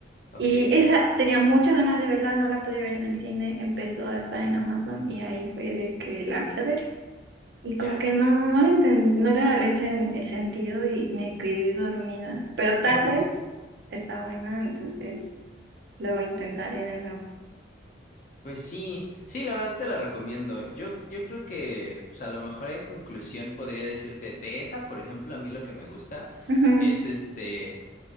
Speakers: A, on the left; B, on the right.
A: Ok,
B: Y esa tenía muchas ganas de verla, no la pude ver en el cine, empezó a estar en Amazon y ahí fue de que la empecé a ver. Y como
A: ya.
B: que no, no le enten- no le agarré sen- el sentido y me quedé dormida. Pero
A: <laughs>
B: tal vez está buena, entonces lo intentaré de nuevo.
A: Pues sí, sí, la verdad te la recomiendo. Yo, yo creo que, pues a lo mejor en conclusión podría decirte, de esa, por ejemplo, a mí lo que me gusta
B: Ujú,
A: es este,